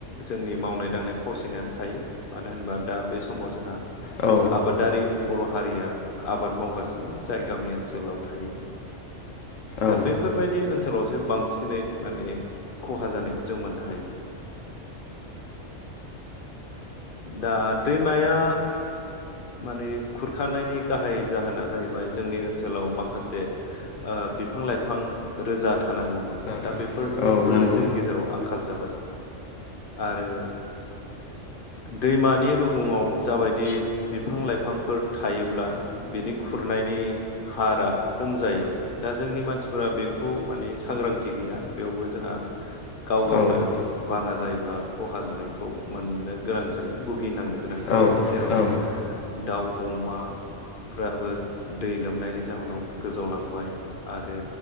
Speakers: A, on the left; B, on the left.
A: जोंनि मावनाय दांनाय फावसिनानै थायो मानो होनबा दा बे समाव जोंहा
B: औ
A: आबादारि बर' हारिया आबाद मावगासिनो जाय गामि ओनसोलाव थायो दा
B: ओ
A: बैफोरबायदि ओनसोलावसो बांसिनै माने खहा जानायखौ जों मोननो हायो दा दैमाया माने खुरखानायनि गाहाय जाहोना जाहैबाय जोंनि ओनसोलाव माखासे ओ बिफां लाइफां बिफां लाइफां रोजा थानांगौमोन
B: थानांगौ
A: दा बेफोरनिबो जोंनि गेजेराव आंखाल जाबाय आरो दैमानि रुगुङाव जाबायदि बिफां लाइफांफोर थायोब्ला बिनि खुरनायनि हारा खम जायो दा जोंनि मानसिफोरा बेखौ माने सांग्रांथि गैया बेयावबो जोंहा गाव गावनो
B: जोंहा
A: बाना जायोब्ला खहा जानायखौ मोननो गोनां जायो भुगिनांनो गोनां जायो
B: दाउ
A: जेराव
B: अमा दै
A: दाउ अमा फोराबो दै लोमनायनि जाहोनाव गोजौ लांबाय आरो